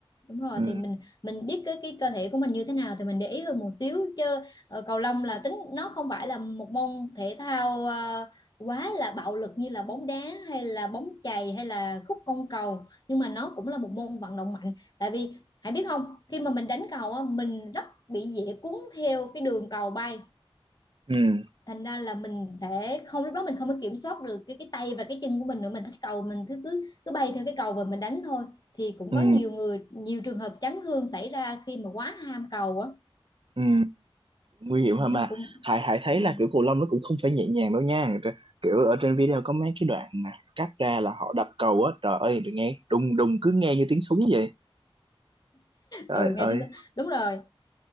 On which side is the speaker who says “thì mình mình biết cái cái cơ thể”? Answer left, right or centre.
Left